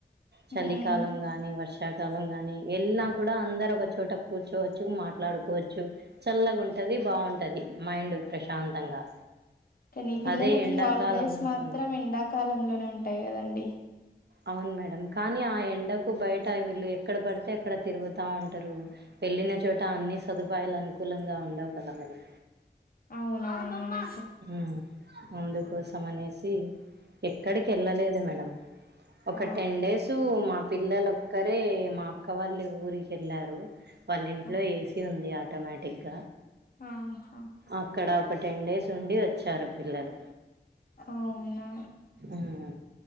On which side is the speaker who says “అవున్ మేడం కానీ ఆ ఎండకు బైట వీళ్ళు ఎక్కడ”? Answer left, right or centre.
Right